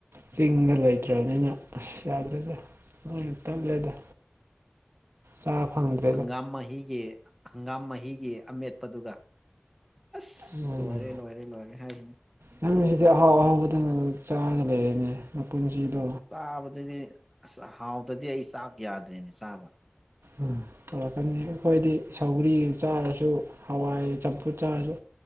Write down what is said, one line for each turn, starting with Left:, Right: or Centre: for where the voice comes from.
Right: ꯆꯤꯡꯗ ꯂꯩꯇ꯭ꯔꯕꯅꯤꯅ ꯑꯁ ꯌꯥꯗ꯭ꯔꯦꯗ <unintelligible> ꯌꯥꯝ ꯇꯠꯂꯦꯗ ꯆꯥ ꯐꯪꯗꯦ
Centre: ꯍꯪꯒꯥꯝ ꯃꯍꯤꯒꯤ ꯍꯪꯒꯥꯝ ꯃꯍꯤꯒꯤ ꯑꯃꯦꯠꯄꯗꯨꯒ ꯑꯁ
Right: ꯎꯝ
Centre: ꯂꯣꯏꯔꯦ ꯂꯣꯏꯔꯦ ꯂꯣꯏꯔꯦ ꯍꯥꯏꯁꯤꯅꯤ
Right: ꯅꯪꯁꯤꯗꯤ ꯑꯍꯥꯎ ꯑꯍꯥꯎꯕꯗꯪ ꯑꯗꯨꯝ ꯆꯥꯔꯒ ꯂꯩꯔꯦꯅꯦ ꯅꯄꯨꯟꯁꯤꯗꯣ
Centre: ꯆꯥꯕꯗꯗꯤ ꯑꯁ ꯍꯥꯎꯇ꯭ꯔꯗꯤ ꯑꯩ ꯆꯥꯛ ꯌꯥꯗ꯭ꯔꯦꯅꯦ ꯆꯥꯕ
Right: ꯎꯝ ꯇꯧꯔꯛꯀꯅꯤ ꯑꯈꯣꯏꯗꯤ ꯁꯧꯒ꯭ꯔꯤ ꯆꯥꯔꯁꯨ ꯍꯋꯥꯏ ꯆꯝꯐꯨꯠ ꯆꯥꯔꯁꯨ